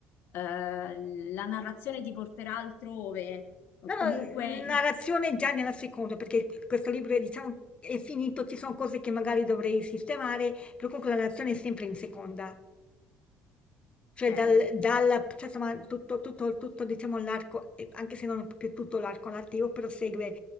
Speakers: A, on the left; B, on the left.
A: eh, la narrazione ti porterà altrove, o
B: No,
A: comunque...
B: no,
A: i-
B: narrazione già nella seconda, perché questo libro è, diciamo, è finito, ci sono cose che magari dovrei sistemare, però comunque la narrazione è sempre in seconda. Cioè,
A: Ok.
B: dal, dalla- cioè, insomma, tutto, tutto, tutto, diciamo, l'arco, eh, anche se non è proprio tutto l'arco narrativo, però segue,